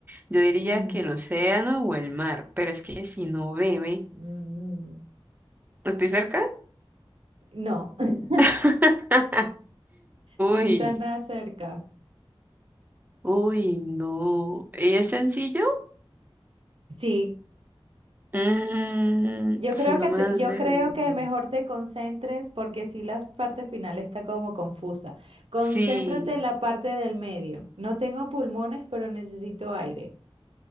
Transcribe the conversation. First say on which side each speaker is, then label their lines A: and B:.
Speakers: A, on the right (about 20°); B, on the right (about 75°).
A: Yo diría
B: Mm,
A: que el océano o el mar, pero es que si no bebe.
B: mm,
A: ¿Estoy cerca?
B: No, <laughs>
A: <laughs>
B: no
A: Uy,
B: estás nada cerca.
A: uy, no. ¿Y ¿Es sencillo?
B: Sí,
A: Mm,
B: yo
A: si
B: creo
A: no
B: que
A: me
B: te-
A: das
B: yo
A: de...
B: creo que
A: mm,
B: mejor te concentres porque sí la parte final está como confusa. Concéntrate
A: Sí.
B: en la parte del medio. No tengo pulmones, pero necesito aire.